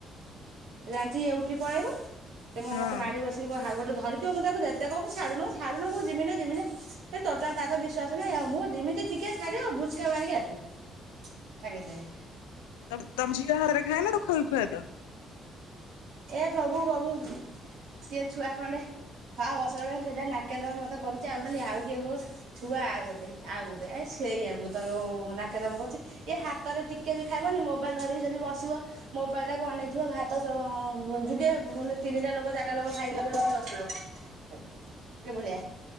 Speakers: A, on the right; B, on the left.
A: ସେ ଜାଣିଛି ଇଏ ଉଠି ପଳେଇବ ସେ ମତେ
B: ହଁ
A: ମାଡି ବସି ସିବ ଗୋଟେ ଧରିଥିବ ମୁଁ ତାକୁ ଯେତେ କହିବି ଛାଡୁନୁ ଛାଡୁନ ମୁଁ ଯିବନି ଯିବନି ସେ ଟୋଟାଲ ତାର ବିଶ୍ୱାସ ନାହିଁ ଆଉ ମୁଁ ଯିମିତି ଟିକେ ଛାଡିବ ଆଉ ଭୁଚକା ମାରିକି ଆସିବି। <inaudible> ସାଙ୍ଗେ ସାଙ୍ଗେ।
B: ତମ ତମ ଝିଅ ହାତରେ ଖାଇନା ତାକୁ ଖୁଆ ଖୁଆଇ ଦିଅ।
A: ଏ ପ୍ରଭୁ ପ୍ରବୁ ସିଏ ଛୁଆ ଖଣ୍ଡେ ଛଅ ବର୍ଷ ବେଳେ ସେଯା ନାକେ ଦମ୍ ମତେ କରୁଛି ଆଉ ଖାଲି ଆଉ କିଏ କହୁ ଛୁଆ ଆଉ ଗୋଟେ ଆଉ ଗୋଟେ ଏ ସେଇଆକୁ ତ ନାକେଦମ କରୁଛି। ଏ ହାତରେ ଟିକେ ବି ଖାଇବନି ମୋବାଇଲ ଧରିକି ଧରିକି ଜଦି ବସିବ ମୋବାଇଲ ଟାକୁ ଅନେଇଥିବ ଭାତ ଯୁଗେ ମାନେ ତିନିଟା ଲୋକ ଚାରିଟା ଲୋକ ଖାଇକିଉଠିବେନି ସେ ବସିଥିବ। ଏ ଭଳିଆ।